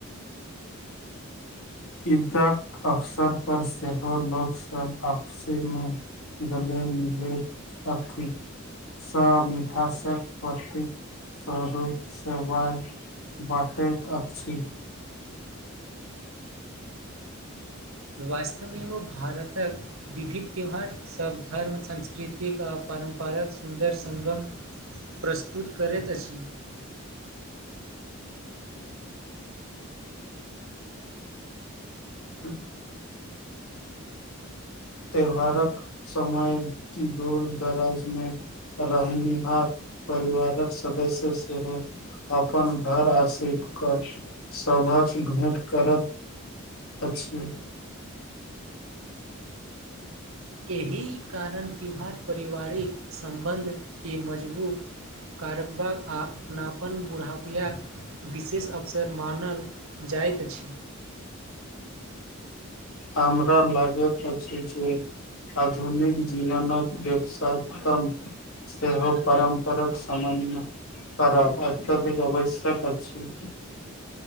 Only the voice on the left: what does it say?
ईदक अवसर पर सेहो लोकसभ अफसेमे। गले नीले साथी। सभ मिठासक प्रति स्वरूप सेवाय। बटैत अछि।
हू त्यौहारक, समयक दूर दराजमे रहनिहार, परिवारक सदस्य सेहो अपन घर आसरित कऽ सभसँ भेट करत। अछि।
हमरा लागैत अछि। जे आधुनिक जीवनक ववसतम। सेहो परम्पराक समनमे खराब अत्यधिक अवशा छै।